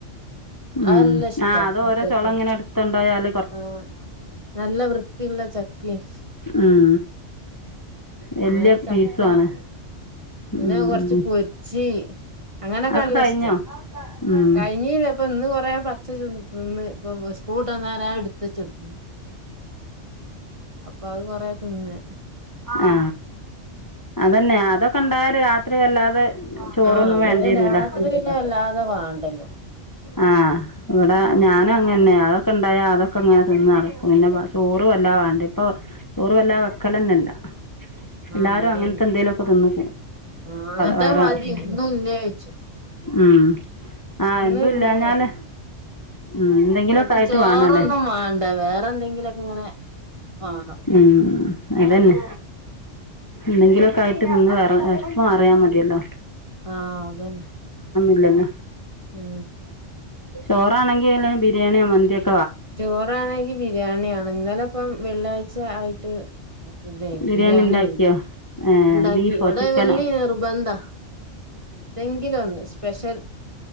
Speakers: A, on the left; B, on the right.
A: ഉം
B: അത് നല്ല ഇഷ്ടാ
A: ആ അത്
B: മക്കൾക്ക്
A: ഓരോ ചൊളങ്ങനെട്തൊണ്ടായാല്
B: ആഹ് നല്ല വൃത്തിയുള്ള ചക്കിം
A: ഉം വലിയ
B: അങ്ങനെ
A: പീസും
B: ചക്ക
A: ആണ് ഉം
B: പിന്നെ കൊർച്ച് പൊര്ച്ച് ജെ അങ്ങനൊക്കെനല്ല
A: അതൊക്കെ കഴിഞ്ഞോ
B: ഇഷ്ടാ
A: ഉം
B: കഴിഞ്ഞീല്ല ഇപ്പൊ ഇന്ന് കൊറേ പച്ച തിന്ന് ഇപ്പ കൂട്ട ഞാ എടുത്ത ചെർത്തി അപ്പൊ അത് കൊറേ തിന്ന്
A: ആ അത പിന്നെ അതൊക്കെ ണ്ടായാല് രാത്രി വല്ലാതെ ചോറൊന്നും
B: ആ പിന്നെ
A: വേണ്ടി വരൂല
B: രാത്രി പിന്നെ വല്ലാതെ വേണ്ടല്ലോ <unintelligible>
A: ആ ഇവിടെ ഞാനുംങ്ങനന്നെ അതൊക്കെണ്ടായാ അതൊക്കെങ്ങനെ തിന്ന് നടക്കും പിന്നെ ചോറ് വല്ലാ വാണ്ട ഇപ്പൊ ചോറ് വല്ലാ വെക്കലന്നല്ല എല്ലാരും
B: ആഹ് അതന്നെ
A: അങ്ങനത്തെന്തേലുക്കെ തിന്ന്
B: ആഹ് അങ്ങനത്തെ
A: വയറർക്കും
B: മതി ഒന്നും ഇല്ലേ ചോയ്ച്ചു
A: ഉം ആഹ്
B: ഒന്നുല്ലേ
A: എന്തും ഇല്ലാഞ്ഞാല് ഉം എന്തെങ്കിലുമൊക്കെ
B: ഓൽക്ക്
A: ആയിട്ട്
B: ചോറൊന്നും
A: വേണല്ലേ
B: വാണ്ട വേറെ എന്തെങ്കിലൊക്കെ ഇങ്ങനെ വാണം
A: ഉം അതന്നെ എന്തെങ്കിലൊക്കെ ആയിട്ട് തിന്ന് വയറ് വെശപ്പ്‌ മാറിയാ മതിയല്ലോ.
B: ആ അതന്നെ.
A: ല്യ
B: മ്മ്
A: ചോറാണെങ്കിൽ ബിരിയാണിയൊ മന്ത്യോ ക്കെ
B: ചോറാണെങ്കി ബിരിയാണിയാണ് ഇന്നലെപ്പം വെള്ളിയാഴ്ച ആയിട്ട് ഇതെയ്നി
A: ബിരിയാണി
B: ബിരിയാണിയ്നി
A: ഉണ്ടാക്കിയോ
B: ണ്ടാക്കി
A: ബീഫോ
B: ഇവിടെ
A: ചിക്കനോ
B: വെള്ളിനിർബന്ധ തെങ്കിലൊന്ന് സ്പെഷ്യൽ